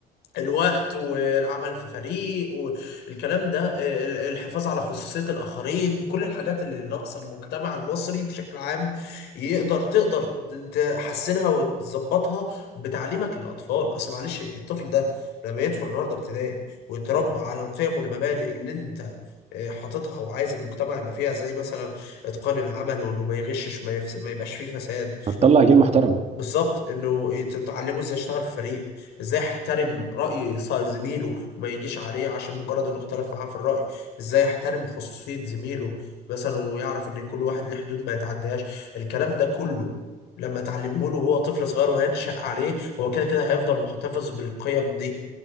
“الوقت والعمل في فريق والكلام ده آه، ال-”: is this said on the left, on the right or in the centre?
Left